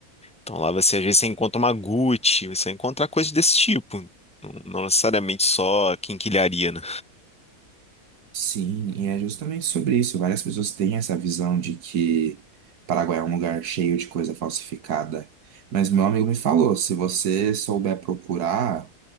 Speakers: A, in the centre; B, on the right (about 75°).
A: Então lá você às vezes você encontra uma Gucci, você encontra coisas desse tipo. Não, não necessariamente só quinquilharia, né?
B: Sim, e é justamente sobre isso. Várias pessoas têm essa visão de que Paraguai é um lugar cheio de coisa falsificada. Mas meu amigo me falou, se você souber procurar